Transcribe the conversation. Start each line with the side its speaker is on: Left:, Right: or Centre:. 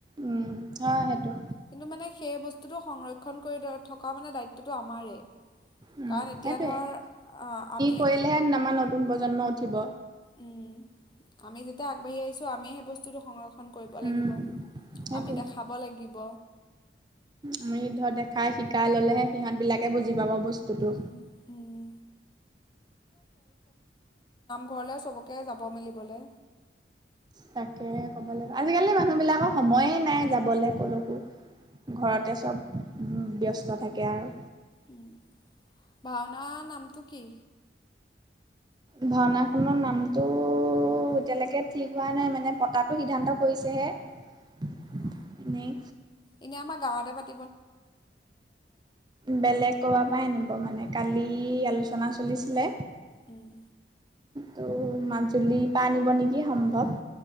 Right: উম, হয় সেইটো
Left: কিন্তু মানে সেই বস্তু। <unintelligible> খন কৰি থকা মানে দায়িত্বটো আমাৰেই
Right: উম,
Left: কাৰণ এতিয়া
Right: সেইটোৱে
Left: ধৰ আমি
Right: কৰিলেহে আমাৰ নতুন প্ৰজন্ম উঠিব।
Left: উম আমি যেতিয়া আগবাঢ়ি আহিছো আমি সেই বস্তুটো সংৰক্ষণ কৰিব লাগিব
Right: উম সেইটো
Left: আমি দেখাব লাগিব
Right: আমি ধৰ দেখাই শিকো কাই ল'লে হে সিহঁত বিলাকে বুজি পাব বস্তুটো
Left: উম, উম। ঘৰলৈ সবকে যাব মেলিবলৈ
Right: তাকে ক'ব লাগিব আজিকালি মানুহ বিলাকৰ সময়ে নাই যাবলৈ ক'লো ঘৰতে চব ব্যস্ত থাকে আৰু
Left: উ ভাওনা নামটো কি?
Right: ভাওনাখনৰ নামটো এতিয়ালৈকে ঠিক হোৱা নাই মানে পতাটো সিদ্ধান্ত কৰিছেহে
Left: অ
Right: এনেই
Left: এনেই আমাৰ গাঁৱতে পাত
Right: বেলেগ কবা পাই আনিব মানে কালি আ আলোচনা চলিছিলে
Left: উম,
Right: ত' মাজুলীৰ পৰা আনিব নেকি সম্ভৱ